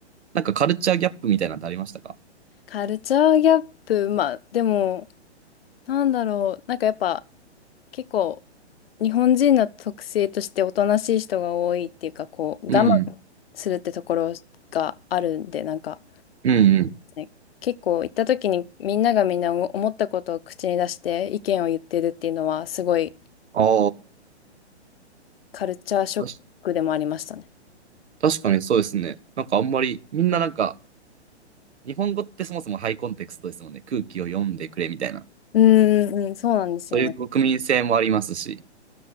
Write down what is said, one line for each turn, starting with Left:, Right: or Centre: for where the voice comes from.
Right: なんかカルチャーギャップみたいなのってありましたか
Left: <laughs> カルチャーギャップ、まあでも、なんだろう、なんかやっぱ結構日本人の特性としておとなしい人が多いっていうか、こう我慢するってところがあるんで、
Right: うん。
Left: なんか、
Right: うんうん。
Left: ね、結構行った時にみんながみんな思ったことを口に出して意見を言ってるっていうのはすごい
Right: あ
Left: カルチャーショックでもありましたね。
Right: あ。確かにそうですね。なんかあんまり、みんななんか、日本語ってそもそもハイコンテクストですもんね。空気を読んでくれみたいな。
Left: うーん、うん、そうなんですよね。
Right: そういう国民性もありますし。